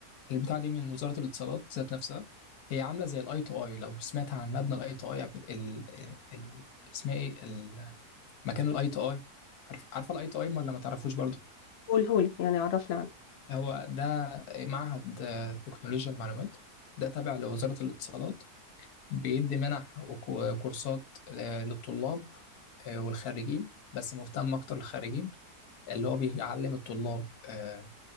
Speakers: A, on the left; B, on the left.
A: البتاع دي من وزارة الاتصالات ذات نفسها هي عاملة زي الاي تو اي لو سمعت عن مبنى الاي تو اي قبل ال... ال... اسمها ايه ال... مكان الاي تو اي عارف عارفه الاي تو اي ولا ما تعرفوش برضه
B: قولهولي يعني عرفني عنه
A: هو ده معهد آه، تكنولوجيا المعلومات ده تابع لوزارة الاتصالات بيدي منح وكو- وكورسات آه، للطلاب آه، والخريجين بس مهتم أكتر للخريجين اللي هو بيعلم الطلاب آه،